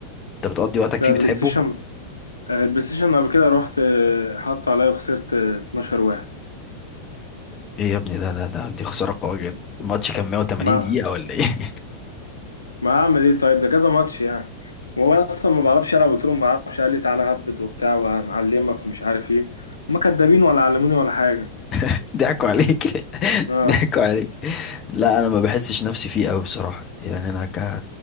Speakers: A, on the left; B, on the left.
A: أنت بتقضي وقتك
B: لا
A: فيه
B: بلاي
A: بتحبه؟
B: ستيشن آه، البلاي ستيشن قبل كده رحت آه، حط عليا وخسرت آه، 12 واحد
A: إيه يا ابني ده ده ده دي خسارة قوية جدا الماتش كان 180
B: ما
A: دقيقة ولا إيه؟
B: ما اعمل ايه طيب ده كذا ماتش يعني وهو اصلا ما بعرفش العب قلت له ما بعرفش قال لي تعالى هبد وبتاع وهنعلمك ومش عارف ايه هما كدابين ولا علموني ولا حاجه
A: <laughs> ضحكوا عليك <laughs>
B: اه
A: ضحكوا عليك لا انا ما بحسش نفسي فيه قوي بصراحه يعني انا ك...